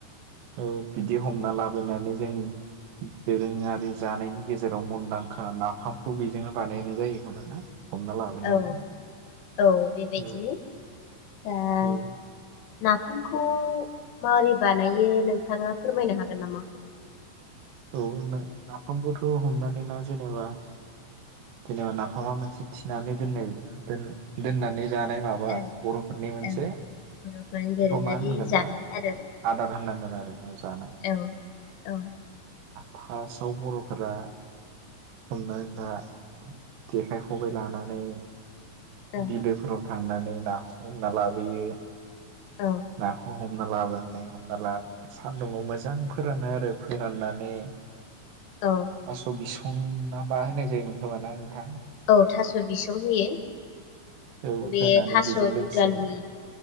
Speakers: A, on the right; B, on the left.
A: औ बिदि हमना लाबोनानै जोंनि दोरोङारि जानायनि गेजेराव मुंदांखा नाफामखौ बेजोंनो बानायनाय जायो होमबा ना। हमना लाबोनानै
B: औ औ बेबायदिनो
A: औ
B: दा ना
A: औ
B: नाफामखौ माबोरै बानायो नोंथाङा फोरमायनो हागोन नामा?
A: औ नाफामखौथ' हमनानै ला जेनेबा जेनेबा नाफामा मोनसे थिनानै दोननाय दोननानै जानाय माबा
B: ओं
A: बर'फोरनि मोनसे
B: ओं बर'फोरनि दोरोङारि
A: बेखौ मा होनगोन
B: जानाय
A: दा
B: आदार
A: आदार होननांगोन आरो जानाय
B: औ औ
A: फार्स्टआव बर'फोरा हमनानैला जेखाय खबाय लानानै
B: औ
A: बिलोफोराव थांनानै नाखौ हमना लाबोयो।
B: औ
A: नाखौ हमना लाबोनानै हमना ला सान्दुंआव मोजां फोरानो आरो। फोराननानै
B: औ
A: थास‌' बिसु <unintelligible> माबा होनाय जायोमोन खोमाना नोंथां।
B: औ थास'बिसं होयो।
A: औ
B: बे
A: होनानै
B: थासदुदालि
A: बेजों लोगोसे